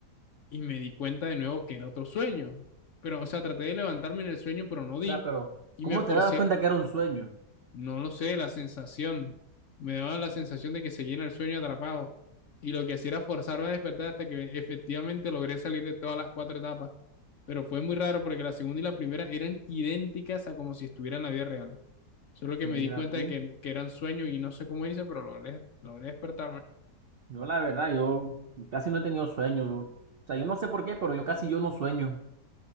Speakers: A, on the left; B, on the right.
A: y me di cuenta de nuevo que era otro sueño. Pero, o sea, traté de levantarme en el sueño, pero no
B: sea,
A: di
B: pero
A: y
B: ¿cómo
A: me forcé,
B: te das cuenta que era un sueño?
A: no lo sé, la sensación, me daba la sensación de que seguía en el sueño atrapado. Y lo que hacía era forzarme a despertar hasta que efectivamente logré salir de todas las cuatro etapas. Pero fue muy raro porque la segunda y la primera eran idénticas a como si estuviera en la vida real. Solo que
B: Mira
A: me di cuenta
B: tú.
A: de que, que eran sueños y no sé cómo hice, pero logré, logré despertarme.
B: Yo la verdad, yo casi no he tenido sueños. O sea, yo no sé por qué, pero yo casi yo no sueño.